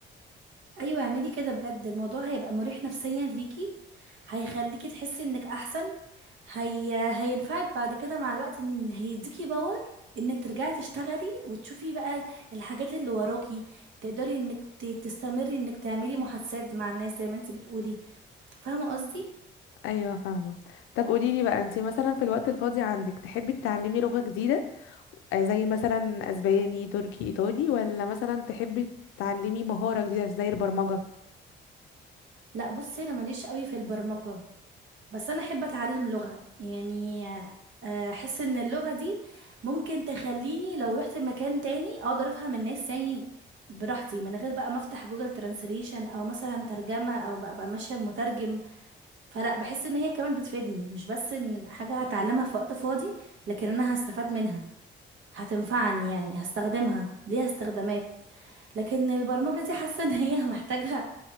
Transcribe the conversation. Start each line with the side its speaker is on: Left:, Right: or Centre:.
Right: أيوة اعملي كده بجد الموضوع هيبقى مريح نفسيا ليكي هيخليكي تحسي إنك أحسن هي... هينفعك بعد كده مع الوقت إن هيديكي باور إنك ترجعي تشتغلي وتشوفي بقى الحاجات اللي وراكي تقدري إنك ت- تستمري إنك تعملي محادثات مع الناس زي ما انتي بتقولي فاهمة قصدي؟
Left: ايوه فاهمه طب قولي لي بقى انت مثلا في الوقت الفاضي عندك تحبي تتعلمي لغه جديده آه، زي مثلا اسباني تركي ايطالي ولا مثلا تحبي تتعلمي مهاره جديده زي البرمجه
Right: لا بصي انا ماليش قوي في البرمجة بس انا احب اتعلم لغة يعني آه، احس ان اللغة دي ممكن تخليني لو رحت مكان تاني اقدر افهم الناس يعني براحتي من غير بقى ما افتح جوجل ترانسليشن او مثلا ترجمة او بقى بقى ماشية بمترجم فلا بحس ان هي كمان بتفيدني مش بس ان حاجة هتعلمها في وقت فاضي لكن انا هستفاد منها هتنفعني يعني هستخدمها ليها استخدامات لكن البرمجة دي حاسة ان هي <laughs> محتاجة